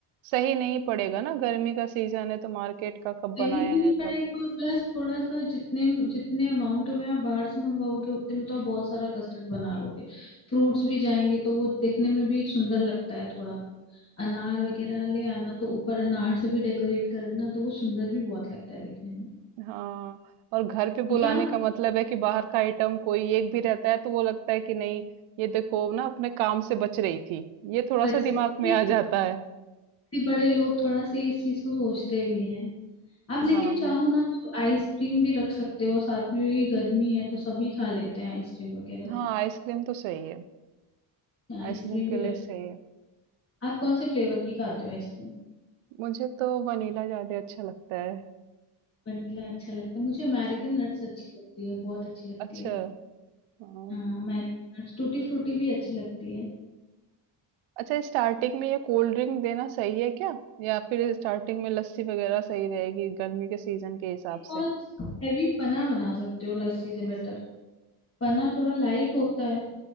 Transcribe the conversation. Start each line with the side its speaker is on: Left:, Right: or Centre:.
Right: सही नहीं पड़ेगा ना गर्मी का सीजन है तो मार्केट का कब बनाया
Left: सही भी नहीं
Right: है
Left: पड़ेगा
Right: कब
Left: प्लस थोड़ा सा जितने जितने अमाउंट में आप बाहर से मंगाओगे उतने में तो आप बहुत सारा कस्टर्ड बना लोगे फ्रूट्स भी जाएंगे तो वो दिखने में भी सुंदर लगता है थोड़ा अनार वगैरह ले आना तो ऊपर अनार से भी डेकोरेट कर देना तो वो सुंदर भी बहुत लगता है दिखने में
Right: हाँ और घर पे बुलाने
Left: या
Right: का मतलब है कि बाहर का आइटम कोई एक भी रहता है तो वो लगता है कि नहीं ये देखो ना अपने काम से बच रही थी ये थोड़ा
Left: बच्चे
Right: सा दिमाग
Left: ये
Right: में
Left: इतने
Right: आ जाता है
Left: बड़े लोग थोड़ा सा इस चीज को सोचते भी हैं आप लेकिन
Right: हाँ
Left: चाहो
Right: हाँ
Left: ना तो आइसक्रीम भी रख सकते हो साथ में ये गर्मी है तो सभी खा लेते हैं आइसक्रीम वगैरह
Right: हाँ
Left: तो
Right: आइसक्रीम तो सही है
Left: आइसक्रीम
Right: आइसक्रीम
Left: भी
Right: के लिए
Left: रख
Right: सही है
Left: आप कौन से फ्लेवर की खाते हो आइसक्रीम
Right: मुझे तो वनीला ज्यादा अच्छा लगता है
Left: वनीला अच्छा लगता है मुझे अमेरिकन नट्स अच्छी लगती है बहुत अच्छी लगती
Right: अच्छा
Left: है
Right: हाँ
Left: हाँ अमेरिकन नट्स टूटी फ्रूटी भी अच्छी लगती है
Right: अच्छा स्टार्टिंग में ये कोल्ड ड्रिंक देना सही है क्या या फिर स्टार्टिंग में लस्सी वगैरह सही रहेगी गर्मी के सीजन के हिसाब
Left: एक बहुत
Right: से
Left: हैवी पना बना सकते हो लस्सी से बेटर पना थोड़ा लाइट होता है